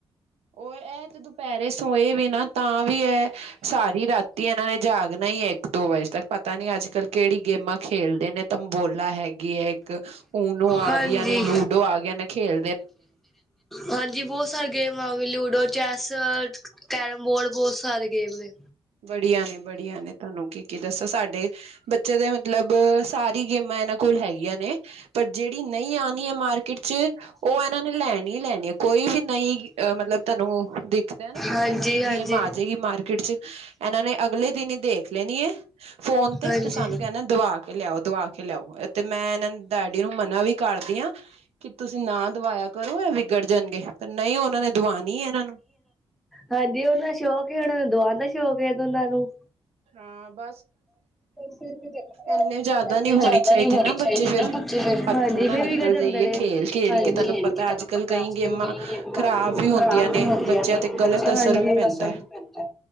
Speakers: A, on the right (about 85°); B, in the centre.
A: ਉਹ ਇਹ ਤੇ ਦੁਪਹਿਰੇ ਸੋਏ ਵੀ ਨਾ ਤਾਂ ਵੀ ਐ ਸਾਰੀ ਰਾਤੀ ਇਹਨਾਂ ਨੇ ਜਾਗਣਾ ਹੀ ਐ ਇੱਕ ਦੋ ਵਜੇ ਤੱਕ, ਪਤਾ ਨੀ ਅੱਜ -ਕੱਲ੍ਹ ਕਿਹੜੀ ਗੇ ਗੇਮਾਂ ਖੇਲਦੇ ਨੇ ਤੰਬੋਲਾ ਹੈਗੀ ਐ ਇੱਕ ਊਨੋ ਆ
B: ਹਾਂਜੀ
A: ਗਈਆਂ ਨੇ, ਲੂਡੋ ਆ ਗਈ ਨੇ ਖੇਲ
B: ਹਾਂਜੀ ਬਹੁਤ ਸਾਰੇ game ludo, chess, carrom board ਬਹੁਤ ਸਾਰੇ ਗੇਮ ਨੇ।
A: ਬੜੀਆ ਨੇ ਬੜੀਆ ਨੇ ਤੁਹਾਨੂੰ ਕੀ ਕੀ ਦੱਸਾਂ ਸਾਡੇ ਬੱਚੇ ਦੇ ਮਤਲਬ ਸਾਰੀ ਗੇਮਾਂ ਇਹਨਾਂ ਕੋਲ ਹੈਗੀਆਂ ਨੇ, ਪਰ ਜਿਹੜੀ ਨਈ ਆਣੀ ਹੈ ਮਾਰਕੀਟ ਚ ਉਹ ਇਹਨਾਂ ਨੇ ਲੈਣੀ ਹੀ ਲੈਣੀ ਐ, ਕੋਈ ਵੀ ਨਈ ਮਤਲਬ ਤੁਹਾਨੂੰ ਦੇਖਦੇ ਹੈ ਨਾ ਕੋਈ
B: ਹਾਂਜੀ
A: ਨਈ
B: ਹਾਂਜੀ
A: ਗੇਮ ਆ ਜੇਗੀ ਮਾਰਕੀਟ ਚ ਇਹਨਾਂ ਨੇ ਅਗਲੇ ਦਿਨ ਹੀ ਦੇਖ ਲੈਣੀ ਐ। ਫੋਨ ਤੇ
B: ਹਾਂਜੀ
A: ਸਾਨੂੰ ਕਹਿੰਦੇ ਦਵਾ ਕੇ ਲਿਆਓ ਦਵਾ ਕੇ ਲਿਆਓ, ਤੇ ਮੈਂ ਇਹਨਾਂ ਡੈਡੀ ਨੂੰ ਮਨਾ ਵੀ ਕਰ ਕਰਦੀ ਆਂ ਕਿ ਤੁਸੀਂ ਨਾ ਦਵਾਇਆ ਕਰੋ ਇਹ ਵਿਗੜ ਜਾਣਗੇ, ਪਰ ਨਹੀਂ ਉਹਨਾਂ ਨੇ ਦਵਾਣੀ ਹੈ ਇਹਨਾਂ ਨੂੰ।
B: ਹਾਂਜੀ ਉਹਨਾਂ ਦਾ ਸ਼ੌਕ ਐ, ਉਹਨਾਂ ਨੂੰ ਦਵਾਉਣ ਦਾ ਸ਼ੌਕ ਐ ਉਹਨਾਂ ਨੂੰ।
A: ਹਾਂ ਬ
B: ਫਿਰ ਵੀ ਦੇਖ
A: ਇੰਨੇ ਜ਼ਿਆਦਾ
B: ਇੰਨੇ
A: ਨਹੀਂ ਹੋਣੀ
B: ਜ਼ਿਆਦਾ ਨੀ ਹੋਣੀ
A: ਨਾ
B: ਚਾਹੀਦੀ
A: ਬੱਚੇ ਫਿਰ
B: ਨਾ ਬੱਚੇ ਫੇਰ,
A: ਹੱਥੋਂ
B: ਹਾਂਜੀ।
A: ਨਾ
B: ਵਿਗੜ
A: ਨਿਕਲ
B: ਜਾਂਦੇ
A: ਜਾਈਏ
B: ਨੇ
A: ਖੇਲ
B: ਖੇਲ
A: ਕੇ ਤੁਹਾਨੂੰ
B: ਕੇ ਤੂੰ
A: ਅੱਜ ਕੱਲ
B: ਪਤਾ
A: ਕਈ
B: ਅੱਜ-
A: ਗੇਮਾਂ
B: ਕੱਲ੍ਹ ਕਈ ਗੇਮਾਂ
A: ਖ਼ਰਾਬ ਵੀ ਹੁੰਦੀਆਂ
B: ਖਰਾਬ
A: ਨੇ
B: ਜੀ
A: ਬੱਚਿਆਂ
B: ਹਾਂਜੀ
A: ਤੇ
B: ਬੱਚਿਆਂ
A: ਗ਼ਲਤ ਅਸਰ
B: ਤੇ ਗਲਤ
A: ਵੀ ਪੈਂਦਾ
B: ਅਸਰ
A: ਹੈ
B: ਵੀ ਪੈਂਦਾ,